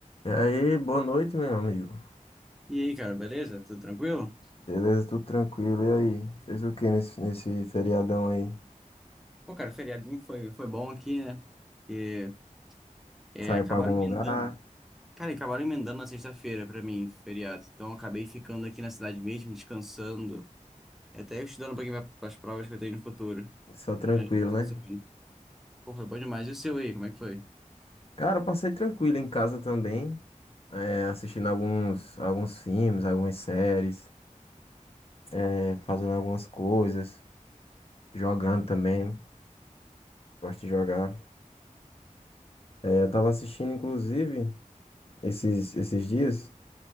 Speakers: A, on the left (about 45°); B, in the centre.
A: E aí, boa noite, meu amigo.
B: E aí, cara, beleza? Tudo tranquilo?
A: Beleza, tudo tranquilo. E aí? Fez o que nesse, nesse feriadão aí?
B: Pô, cara, feriadinho foi, foi bom aqui, né? E é,
A: Saiu
B: acabaram
A: pra algum
B: emendando.
A: lugar?
B: Cara, acabaram emendando na sexta-feira pra mim, feriado. Então, eu acabei ficando aqui na cidade mesmo, descansando. Até estudando um pouquinho para as provas que eu tenho no futuro.
A: Só tranquilo,
B: Nas próximas
A: né?
B: semanas. Pô, foi bom demais. E o seu aí, como é que foi?
A: Cara, eu passei tranquilo em casa também, é, assistindo alguns, alguns filmes, algumas séries, é, fazendo algumas coisas, jogando também. Gosto de jogar. É, eu tava assistindo, inclusive, esses, esses dias,